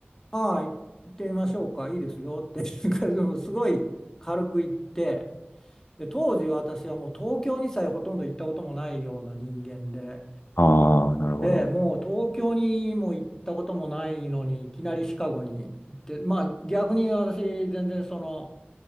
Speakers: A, on the left; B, on the left.
A: ああ、行ってみましょうか、いいですよって <laughs>、すごい軽く行って。で当時私はもう東京にさえほとんど行ったこともないような人間で、
B: ああー、なるほど。
A: ええもう東京にも行ったこともないのにいきなりシカゴに行ってまあ逆に私全然その